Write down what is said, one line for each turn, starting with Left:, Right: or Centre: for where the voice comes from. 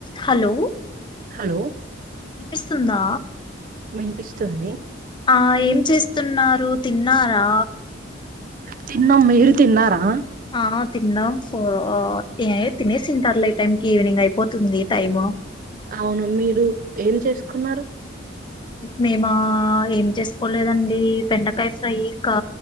Left: Hello
Right: hello
Left: వినిపిస్తుందా
Right: వినిపిస్తుంది
Left: ఆ ఏం చేస్తున్నారు తిన్నారా
Right: తిన్నమ్మ మీరు తిన్నారా
Left: ఆ తిన్నాం ఫోర్ ఆ తే తినే తినేసింటారులే ఈ టైం కి ఈవినింగ్ అయిపోతుంది టైము
Right: అవును మీరు ఏం చేసుకున్నారు
Left: మేమా ఏం చేసుకోలేదండి పెండకాయ ఫ్రై ఇంకా